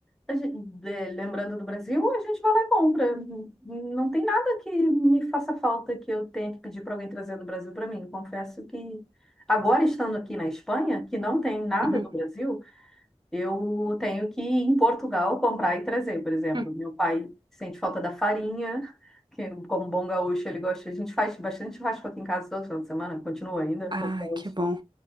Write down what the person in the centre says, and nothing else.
a gente- é, lembrando do Brasil, a gente vai lá e compra. N- Não tem nada que me faça falta que eu tenha que pedir para alguém trazer do Brasil para mim. Confesso que agora estando aqui na Espanha, que não tem nada
do Brasil, eu tenho que ir em Portugal comprar e trazer, por exemplo.
Meu pai sente falta da farinha, que como bom gaúcho ele gosta. A gente faz bastante churrasco aqui em casa todo final de semana, continua ainda
como gaúcho.